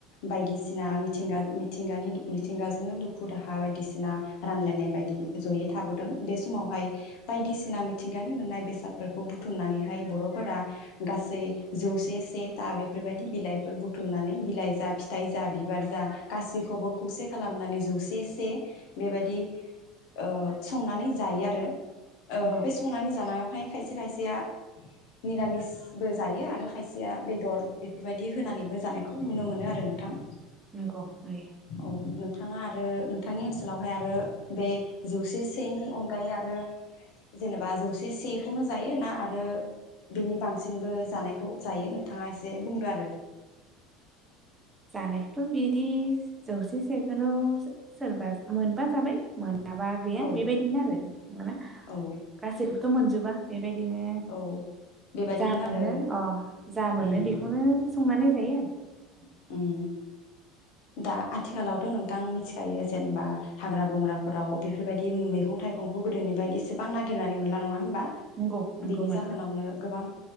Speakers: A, on the left; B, on the right.
A: बायदिसिना मिथिंगा मिथिगानि मिथिंगाजोंनो दुखु दाहा बायदिसिना रानलायनाय बायदि जयै थाबोदों बे समावहाय बायदिसिना मिथिंगानि मोननाय बे सादफोरखौ बुथुमनानैहाय बर'फोरा गासै जौसे से था बेफोरबायदि बिलाइफोर बुथुमनानै बिलाइ जा फिथाइ जा बिबार जा गासैखौबो खौसे खालामनानै जौसे से बेबायदि ओ संनानै जायो आरो ओ
B: नंगौ
A: बे संनानै जानायावहाय खायसे खायसेया मिरामिसबो जायो आरो खायसेया बेदर बेफोरबायदि होनानैबो जानायखौ नुनो मोनो आरो नोंथां।
B: नंगौ नै
A: औ नोंथाङा आरो नोंथांनि ओनसोलावहाय आरो बे जौसे सेनि अनगायै आरो जेनेबा जौसे से खौनो जायो ना आरो बेनि बांसिनबो जानायखौ जायो नोंथाङा इसे बुंदो आरो
B: जानायखौथ बिदि जौसे सेखोनो सोरबा मोनबा जाबाय मोन माबा गैया
A: औ
B: बेबायदिनो आरो मोनोना
A: औ
B: गासैखौबोथ मोनजोबा। बेबायद बिदिनो
A: औ बेबादिनो
B: जा
A: आरो
B: मोनो अ जा मोनो
A: उम
B: बेखौनो संनानै जायो आरो
A: उम दा आथिखालावथ नोंथां मिथिखायो जेनेबा हाग्रा बंग्राफोराव बेफोरबायदि मैगं थाइगंखौ गोदोनि बायदि इसेबां नागिरनानै मोनला नङा होन बा
B: नंगौ नंगौ
A: बिनि
B: मोनला
A: जाहोनावनो गोबां